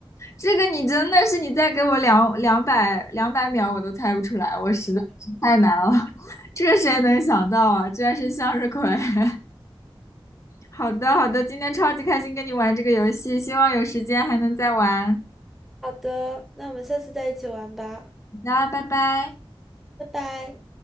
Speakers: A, on the left (about 30°); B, in the centre.
A: 这个你真的是你再给我两两百两百秒我都猜不出来，我实在是太难了，<laughs> 这谁能想到啊？居然是向日葵。<laughs> 好的好的，今天超级开心跟你玩这个游戏，希望有时间还能再玩。
B: 好的，那我们下次再一起玩吧，
A: 那拜拜。
B: 拜拜。